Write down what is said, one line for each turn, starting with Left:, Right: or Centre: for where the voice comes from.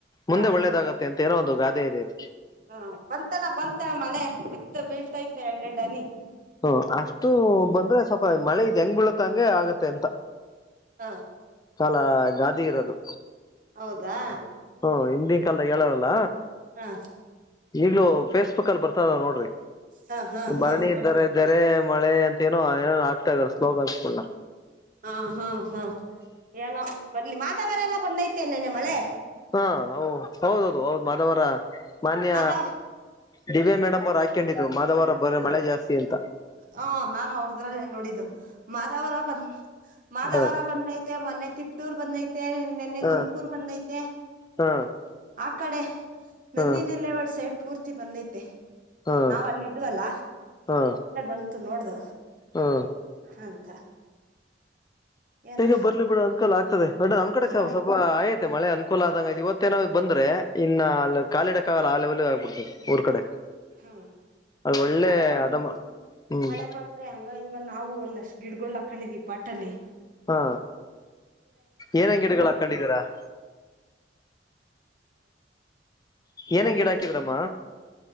Left: ಮುಂದೆ
Right: ಹಾ
Left: ಒಳ್ಳೇದಾಗತ್ತೆ ಅಂತ್ ತರೋದು ಗಾದೆ ಇದೆತೆ.
Right: ಹಾ ಬಂತಾನ ಬಂತಾನ ಮಳೆ ಇತ್ತ ಬೀಳ್ತೈತ ಎರ ಎರಡ್ ಹನಿ.
Left: ಹ ಅಷ್ಟು ಬಂದ್ರೆ ಸ್ವಲ್ಪ ಮಳೆ ಇದು ಹೆಂಗ್ ಬೀಳತ್ತ. ತಂಗೆ ಆಗತ್ತೆ ಅಂತ
Right: ಹಾ
Left: ಕಾಲ ಗಾದಿ ಇರೋದು.
Right: ಹೌದಾ
Left: ಹ್ಮ ಹಿಂದಿನ ಕಾಲದ ಹೇಳೋರಲ್ಲ.
Right: ಹಾ
Left: ಈಗ್ಲ ಫೇಸ್ಬುಕ್ ಅಲ್ಲಿ ಬರ್ತದ ನೋಡ್ರಿ.
Right: ಹಾ ಹಾ ಹಾ
Left: ಬರಣಿ
Right: ಹಾ
Left: ಇದ್ದಾರೆ ತೆರೆ ಮಳೆ ಅಂತ ಏನೋ ಏನ ಆಗ್ತಾ ಇದಾರೆ ಸ್ಲೋಗನ್ಸ್ಗಳಲ್ಲ.
Right: ಹಾ ಹ್ಮ್ ಹ್ಮ್ ಏನೋ ಬರ್ಲಿ ಮಾದವರೆಲ್ಲ ಬಂದೈತೆೇ ನೆನ್ನೆ ಮಳೆ.
Left: ಹಾ ಹೌದೌದು ಹೌದ ಮಾದವರ. ಮಾನ್ಯ
Right: ಮಾದಾವ
Left: ದಿವ್ಯಾ ಮೇಡಮ್ ಅವ್ರು ಹಾಕೊಂಡಿದ್ರು ಮಾದವಾರ ಬರ ಮಳೆ ಜಾಸ್ತಿ ಅಂತ.
Right: ಹ ನಾನು ಅವ್ರದ್ರಲ್ಲ ನೋಡಿದ್ದು ಮಾದವರ ಬಂದ ಮಾದವರ
Left: ಹ
Right: ಬಂದೈತೆ ಮೊನೆ. ತಿಪ್ಪ್ಟೂರ್ ಬಂದೈತೆ ನಿನ್ನೆ
Left: ಹ
Right: ತುಮಕೂರ್ ಬಂದೈತೆ.
Left: ಹಾ
Right: ಆ ಕಡೆ ನಂದಿನಿಲ್ಲೇ
Left: ಹಾ
Right: ಒಡ್ಸೆಟ್. ಪೂರ್ತಿ ಬಂದೈತೆ
Left: ಹಾ
Right: ನಾವು ಅಲ್ಲ ಇದ್ವಲ್ಲ.
Left: ಹಾ
Right: ಅಂತು ನೋಡ್ದ.
Left: ಹಾ.
Right: ಅಂತ. ಏನೋ
Left: ಹೇಗ ಬರ್ಲಿ ಬಿಡ ಅನ್ಕಲ್ ಆಗ್ತದೆ ಅ್ರ ನಮ್ಮ ಕಡೆ ಸಲ್ಪ
Right: ಹ
Left: ಸ್ವಲ್ಪಯತ. ಮಳೆ ಅನುಕೂಲ ಆದಂಗ ಇ ಇವತ್ತೇನಾದ್ ಬಂದ್ರೆ ಇನ್ನ ಅಲ್ಲಿ ಕಾಲಿಡ. ಆಗಲ್ಲ ಆ ಲೆವೆಲ್ ಆಗ್ಬಿಡ್ತದೆ ಊರ್ ಕಡೆ.
Right: ಹ್ಮ
Left: ಅದು ಒಳ್ಳೆ
Right: ಮಳೆ ಬಂದ
Left: ಅದಮ್ಮ ಹ್ಮ್
Right: ಮಳೆ ಬಂದ್ರೆ ಹಂಗ ಹಂಗ ನಾವು ಒಂದ್. ಒಂದ್ಷ್ಟ ಗಿಡಗಳು ಹಾಕೊಂಡಿದೀ ಪಪಾಟ್ ಅಲ್ಲಿ.
Left: ಹಾ ಏನ ಗಿಡಗಳ ಹಾಕೊಂಡಿದೀರಾ. <inaudible> ಏನ್ ಏನ್
Right: ಬೇಜ
Left: ಗಿಡ ಹಾಕಿದೀರಮ್ಮ.